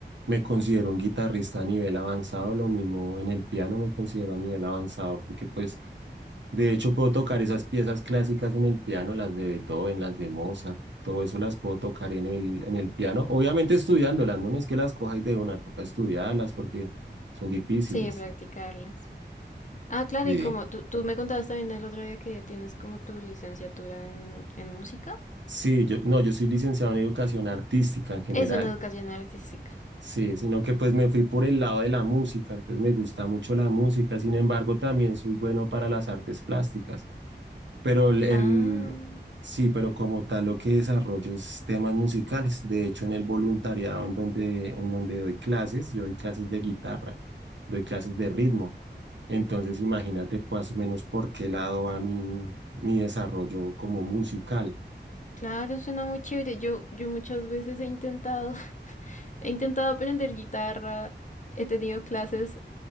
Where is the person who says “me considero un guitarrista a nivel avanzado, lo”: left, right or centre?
Right